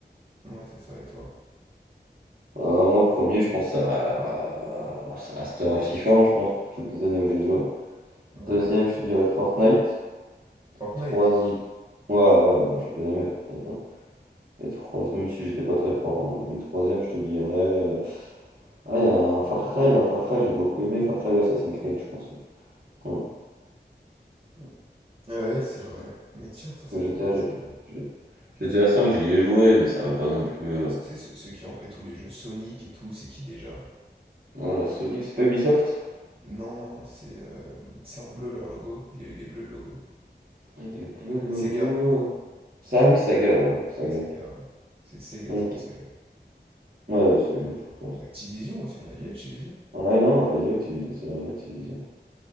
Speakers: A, on the right; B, on the right.
A: moins. Ouais, c'est ça, et toi?
B: Euh, moi, premier, je pense à, à, à Star of Titan, je pense, pour toutes les années où j'ai joué.
A: Ouais.
B: Deuxième, je dirais Fortnite.
A: Fortnite.
B: Troisième, ouais, ouais, moi j'ai bien aimé Fortnite. hein. Et troisième, même si j'étais pas très fort, hein, mais troisième, je te dirais. euh, Ah, il y a un Far Cry, un Far Cry, j'ai beaucoup aimé Far Cry ou Assassin's Creed, je pense. oui. Voilà.
A: Hmm, Ouais, c'est
B: Parce
A: vrai.
B: que,
A: Mais tiens,
B: parce
A: attends, ça
B: que
A: me
B: GTA,
A: fait penser.
B: j'ai pas-
A: euh,
B: j'ai- GTA 5, j'y ai joué, mais ça va pas non plus. euh,
A: Tu sais, ceux, ceux qui ont fait tous les jeux Sonic et tout, c'est qui déjà?
B: voilà, Sonic, c'est pas Ubisoft?
A: Non, c'est euh, c'est en bleu leur logo. Il est, il est bleu le logo.
B: Il est bleu le
A: Sega.
B: logo. Ça, ah oui, Saga, voilà, Saga.
A: Sega, ouais. C'est Sega,
B: Ok.
A: c'est pas Saga.
B: Ouais, ouais, c'est, mieux, je sais plus comment
A: Bah,
B: ça.
A: Activision aussi, on a dit Activision.
B: Ouais, non, on n'a pas dit Activision, c'est vrai, Activision.